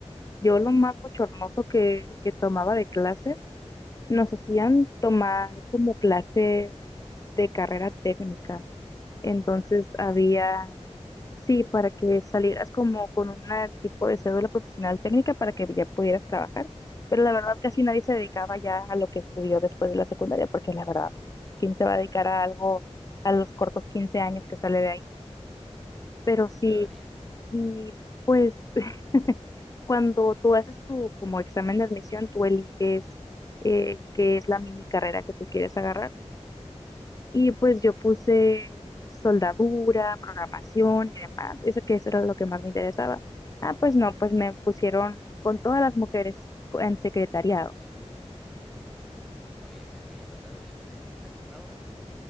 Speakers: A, on the left; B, in the centre.
A: yo lo más bochornoso que, que tomaba de clase, nos hacían tomar como clases de carrera técnica. Entonces
B: Oh,
A: había Sí, para que salieras como con un tipo de cédula profesional técnica para que ya pudieras trabajar. Pero la
B: ujú,
A: verdad casi nadie se dedicaba ya a lo que estudió después de la secundaria, porque la verdad, ¿quién se va a dedicar a algo a los cortos 15 años que sale de ahí? Pero sí,
B: Yo lo haría.
A: y pues <laughs> cuando tú haces tu como examen de admisión, tú eliges eh, qué es la mini carrera que tú quieres agarrar. Y pues yo puse soldadura, programación y demás, eso que eso era lo que más me interesaba. Ah, pues no, pues me pusieron con todas las mujeres co- en secretariado.
B: Oye, pero ¿y soldadura? <laughs> No.